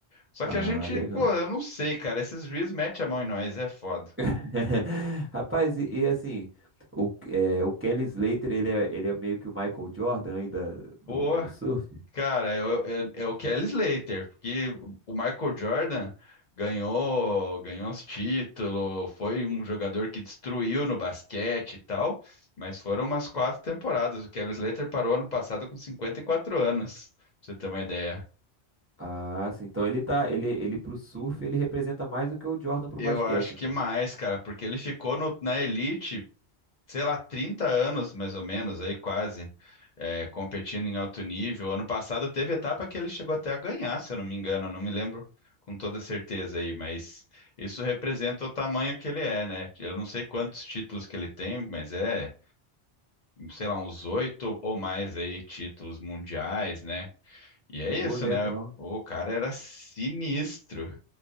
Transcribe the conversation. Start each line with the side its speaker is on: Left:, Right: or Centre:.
Left: Só
Right: Ah,
Left: que a gente,
Right: legal.
Left: pô, eu não sei, cara, esses juízes metem a mão em nós, é foda.
Right: <laughs> Rapaz, e, e assim, o, é, o Kelly Slater, ele é, ele é meio que o Michael Jordan aí da, do,
Left: Pô.
Right: do surf.
Left: Cara, é, o- é, é o Kelly Slater, porque o Michael Jordan ganhou, ganhou os títulos, foi um jogador que destruiu no basquete e tal, mas foram umas quatro temporadas. O Kelly Slater parou ano passado com 54 anos, pra você ter uma ideia.
Right: Ah, sim. Então ele tá, ele, ele pro surf, ele representa mais do que o Jordan pro
Left: Eu
Right: basquete,
Left: acho
Right: então.
Left: que mais, cara, porque ele ficou no- na elite sei lá, 30 anos mais ou menos, aí quase, é, competindo em alto nível. Ano passado teve etapa que ele chegou até a ganhar, se eu não me engano, eu não me lembro com toda certeza aí, mas isso representa o tamanho que ele é, né? Eu não sei quantos títulos que ele tem, mas é, sei lá, uns oito ou mais aí títulos mundiais, né? E é
Right: Pô,
Left: isso,
Right: legal.
Left: né? O cara era sinistro.